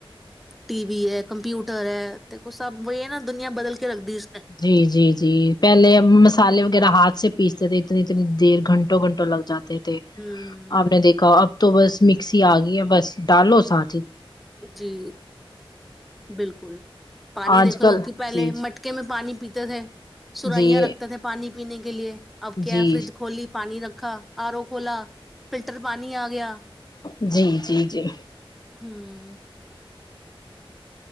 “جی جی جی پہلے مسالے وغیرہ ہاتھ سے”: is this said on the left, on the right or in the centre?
Left